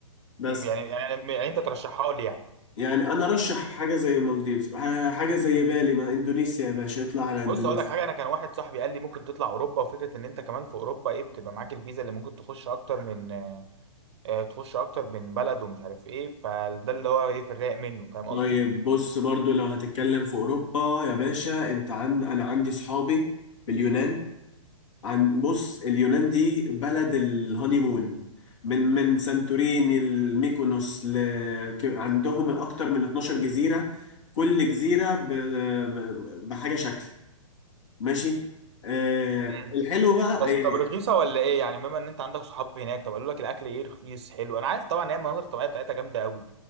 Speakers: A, on the left; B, on the right.
A: بس
B: يعني يعني يعني انت ترشحها لي يعني
A: يعني انا رشح حاجه زي المالديفز ح- حاجه زي بالي ما اندونيسيا يا باشا اطلع على اندونيسيا
B: بص اقول لك حاجه انا كان واحد صاحبي قال لي ممكن تطلع اوروبا وفكره ان انت كمان في اوروبا ايه بتبقى معاك الفيزا اللي ممكن تخش اكتر من آه، آه، تخش اكتر من بلد ومش عارف ايه فده اللي هو ايه في الرايق منه فاهم قصدي
A: طيب بص برضو لو هتتكلم في اوروبا يا باشا انت عن انا عندي صحابي في اليونان عن بص اليونان دي بلد الهانيمون من من سانتوريني الميكونوس ل... ك- عندهم اكتر من 12 جزيره كل جزيره ب... ب- بحاجه شكل ماشي آه
B: مم.
A: الحلو بقى
B: بس
A: يعني
B: طب رخيصه ولا ايه يعني بما ان انت عندك صحاب هناك طب قالوا لك الاكل ايه رخيص حلو انا عارف طبعا هي المناظر الطبيعيه بتاعتها جامده قوي